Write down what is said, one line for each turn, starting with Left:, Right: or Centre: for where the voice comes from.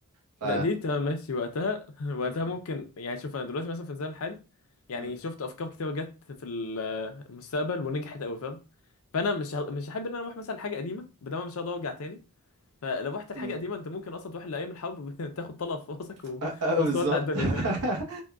Right: ف
Left: لا دي تمام ماشي وقتها <laughs> وقتها
Right: امم
Left: ممكن يعني شوف انا دلوقتي مثلا في الزمن الحالي يعني
Right: امم
Left: شفت افكار كتيره جت في ال- المستقبل ونجحت قوي فاهم فانا مش ه... مش هحب ان انا اروح مثلا لحاجه قديمه بدل ما مش هقدر ارجع تاني فلو رحت لحاجه
Right: امم
Left: قديمه انت ممكن اصلا تروح لايام الحرب <laughs> تاخد طلقه في راسك
Right: <laughs>
Left: وخلاص
Right: بالظبط
Left: تودع الدنيا
Right: <laughs>
Left: فاهم